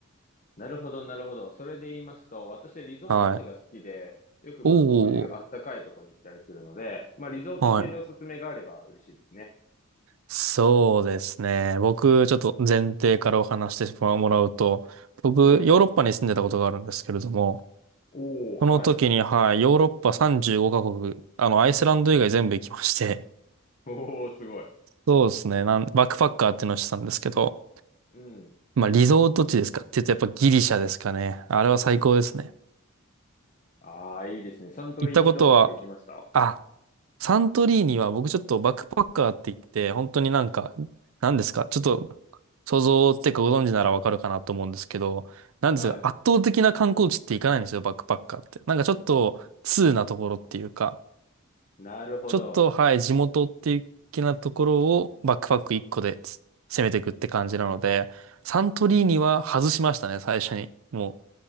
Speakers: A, on the left; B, on the right.
A: なるほど、なるほど。それで言いますと、私、リゾート地が好きで、
B: はい。
A: よくまあそういうあったかいとこに行ったりするので、
B: おー、
A: まあリゾート系でおすすめがあれば嬉しいですね。
B: はい。そうですね。僕、ちょっと前提からお話してもらうと、僕、
A: うん。
B: ヨーロッパに住んでたことがあるんですけれども、
A: おー、
B: その時に、
A: はい。
B: はい、ヨーロッパ35カ国、あの、アイスランド以外全部行きまして、
A: <laughs> おー、すごい。
B: <laughs> そうですね、なん、バックパッカーっていうのをしてたんですけど、
A: うん。
B: まあ、リゾート地ですかって言うとやっぱギリシャですかね。あれは最高ですね。
A: ああ、いいですね。サントリーニトロとか行きました
B: 行ったことは、あ、サントリーニは僕ちょっとバックパッカーって言って、本当になんか、何ですかちょっと想像っていうかご存知ならわかるかなと思うんですけど、なんですか圧倒的な観光地って行かないんですよ、
A: はい。
B: バックパッカーって。なんかちょっと通なところっていうか、
A: なるほど。
B: ちょっとはい、地元っていう気なところをバックパック1個でつ攻めていくって感じなので、サントリーニは外しましたね、最初に。も